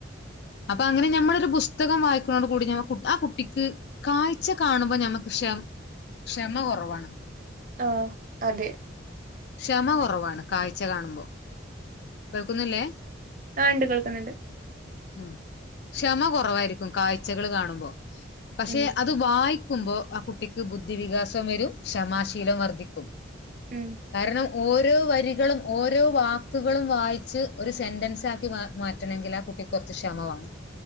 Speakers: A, on the left; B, on the right.
A: അപ്പൊ അങ്ങനെ ഞമ്മളൊരു പുസ്തകം വായിക്കുന്നോട് കൂടി ഞ ആ കുട്ടിക്ക് കാഴ്ച കാണുമ്പോ ഞമ്മക്ക് ക്ഷ ക്ഷമ കൊറവാണ്
B: ആഹ് അതെ
A: ക്ഷമ കൊറവാണ് കാഴ്ച കാണുമ്പോ കേൾക്കുന്നില്ലേ
B: ആഹ് ഇണ്ട് കേൾക്കുന്നുണ്ട്
A: ആഹ് ക്ഷമ കുറവായിരിക്കും കാഴ്ചകള് കാണുമ്പോ പക്ഷെ
B: ഉം
A: അ അത് വായിക്കുമ്പോ ആ കുട്ടിക്ക് ബുദ്ധി വികാസവും വരും ക്ഷമാശീലം വർദ്ധിക്കും
B: ഉം
A: കാരണം ഓരോ വരികളും ഓരോ വാക്കുകളും വായിച്ച് ഒരു സെന്റൻസ് ആക്കി മാ മാറ്റ റ്റണെങ്കിൽ ആ കുട്ടിക്ക് കൊറച്ച് ക്ഷമവേണം